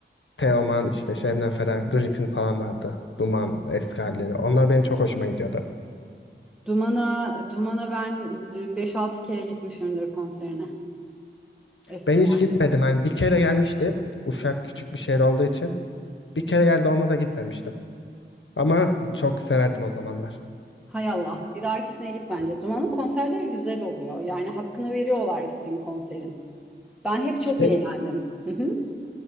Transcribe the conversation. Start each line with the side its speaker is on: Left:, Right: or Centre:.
Left: Teoman işte Şebnem Ferah, Gripin falan vardı. Duman eski halleri. Onlar benim çok hoşuma gidiyordu.
Centre: Duman'a Duman'a ben beş altı kere gitmişimdir konserine eskiden.
Left: Ben hiç gitmedim. Hani bir kere gelmişti. Uşak küçük bir şehir olduğu için. Bir kere geldi ona da gitmemiştim. Ama çok severdim o zamanlar.
Centre: Hay Allah, bir dahakisine git bence. Duman'ın konserleri güzel oluyor. Yani hakkını veriyorlar gittiğin konserin. Ben hep çok
Left: İşte
Centre: eğlendim. <laughs>